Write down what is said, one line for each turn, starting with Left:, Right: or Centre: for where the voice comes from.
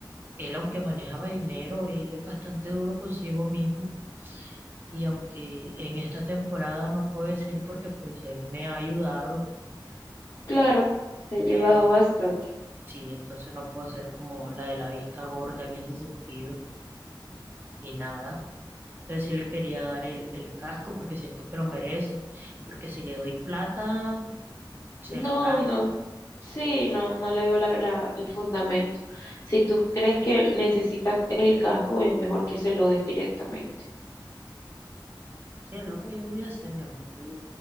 Right: Él, aunque manejaba dinero, él es bastante duro consigo mismo. Y aunque en esta temporada no puedo decir porque pues él me ha ayudado,
Left: claro,
Right: me,
Left: te
Right: me,
Left: ha ayudado bastante.
Right: sí, entonces no puedo ser como la de la vista gorda en ese sentido. Y nada, entonces sí le quería dar el, el casco porque siento que lo merece, porque si le doy plata, se
Left: No,
Right: lo gasta.
Left: no. Sí, no, no le veo la, la- el fundamento. Si tú crees que él necesita el casco, es mejor que se lo des directamente.
Right: Sí, es lo que yo voy a hacer, mi amor. Yo-